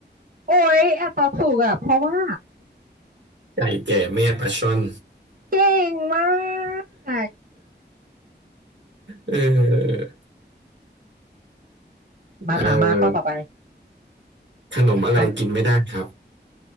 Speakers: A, on the right; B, on the right.
A: โอ้ยอ่ะตอบถูกอ่ะเพราะว่า
B: ไก่แก่แม่ปลาช่อน
A: เก่งมาก
B: เออ
A: มาถามมาข้อต่อไป
B: เอ่อขนมอะไรกินไม่ได้ครับ
A: เอา